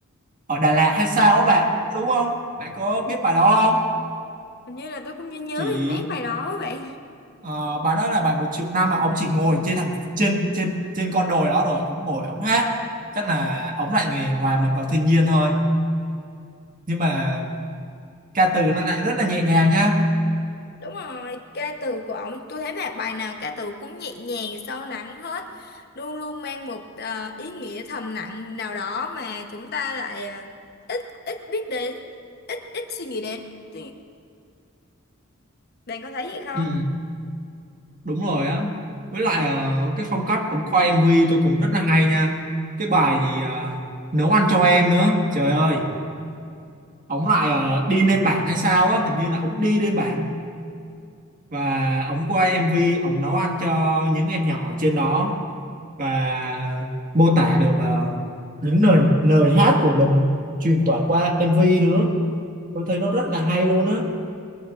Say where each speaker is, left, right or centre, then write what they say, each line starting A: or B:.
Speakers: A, on the right; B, on the left.
A: ở Đà Lạt hay sao á bạn đúng không bạn có biết bài đó không
B: hình như là tôi cũng nhớ nhớ
A: chỉ
B: mấy bài đó vậy
A: ờ, bài đó là bài một triệu năm mà ông chỉ ngồi trên thằng trên trên trên con đồi đó rồi ông ngồi ông hát chắc là ông lại người hòa mình vào thiên nhiên thôi nhưng mà ca từ nó lại rất là nhẹ nhàng nha
B: Đúng rồi, ca từ của ông tôi thấy bài bài nào ca từ cũng nhẹ nhàng, sâu lắng hết, luôn luôn mang một ờ, ý nghĩa thầm lặng nào đó mà chúng ta lại ờ, ít ít biết đến, ít ít suy nghĩ đến. Tuy- Bạn có thấy vậy không?
A: ừ đúng rồi á với lại ờ, cái phong cách ống quay MV tôi cũng rất là hay nha cái bài gì ờ, nấu ăn cho em nữa trời ơi ống lại ờ, đi lên bảng hay sao á hình như là ống đi lên bảng và ống quay MV ống nấu ăn cho những em nhỏ ở trên đó và mô tả được ờ, những lời lời hát của mình truyền tải qua MV nữa tôi thấy nó rất là hay luôn á